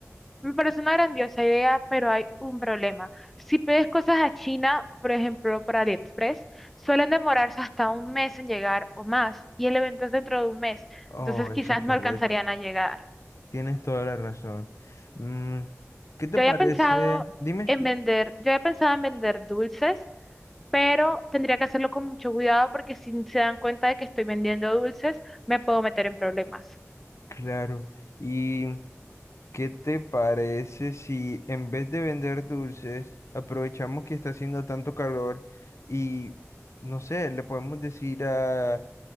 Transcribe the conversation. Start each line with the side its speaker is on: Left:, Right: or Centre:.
Centre: Me parece una grandiosa idea, pero hay un problema. Si pides cosas a China, por ejemplo, por AliExpress, suelen demorarse hasta un mes en llegar o más, y el evento es dentro de un mes,
Left: Oh,
Centre: entonces
Left: eso
Centre: quizás
Left: es correcto.
Centre: no alcanzarían a llegar.
Left: Tienes toda la razón. Mm, ¿qué te
Centre: Yo
Left: parece?
Centre: había pensado
Left: Dime.
Centre: en vender, yo había pensado en vender dulces pero tendría que hacerlo con mucho cuidado porque si se dan cuenta de que estoy vendiendo dulces, me puedo meter en problemas.
Left: Claro. ¿Y qué te parece si en vez de vender dulces, aprovechamos que está haciendo tanto calor y, no sé, le podemos decir a,